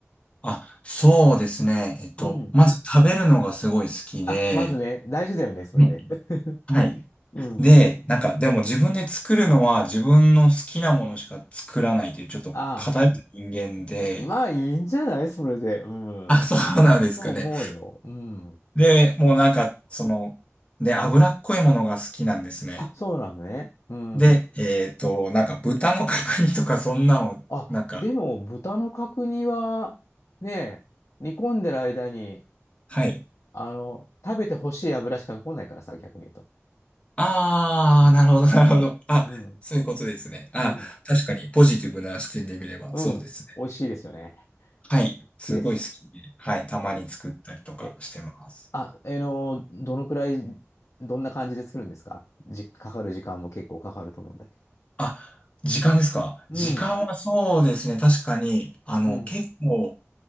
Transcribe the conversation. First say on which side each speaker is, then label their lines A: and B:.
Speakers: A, on the left; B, on the left.
A: あ、そうですね。えっと、
B: うん。
A: まず食べるのがすごい好きで、
B: あ、まずね、大事だよね、それね。
A: ね
B: <laughs>
A: はい。
B: うん。
A: で、なんか、でも自分で作るのは自分の好きなものしか作らないという、ちょっと偏った人間で、
B: あ、まあいいんじゃないそれで。うん。
A: あ、そうなんですかね。
B: そう思うよ。うん。
A: で、もうなんか、その、で、脂っこいものが好きなんですね。
B: あ、そうなのね。うん。
A: で、えっと、なんか豚の角煮とかそんなの、
B: あ、
A: なんか、
B: でも、豚の角煮は、ね、煮込んでる間に、
A: はい。
B: あの、食べてほしい油しか残んないからさ、逆に言うと。
A: ああ、
B: うん
A: なるほど、なるほど。
B: ね。
A: あ、
B: うん。
A: そういうことですね。あ、
B: うん。
A: 確かにポジティブな視点で見ればそうですね。
B: うん。美味しいですよね。
A: はい。すごい好きで。
B: 好きです。
A: はい。たまに作ったりとかしてます。
B: はい。え、あ、えの、どのくらい、どんな感じで作るんですかじ、かかる時間も結構かかると思うんだけど。
A: あ、時間ですか時間はそうですね。
B: うん。
A: 確かに、あの、
B: うん。
A: 結構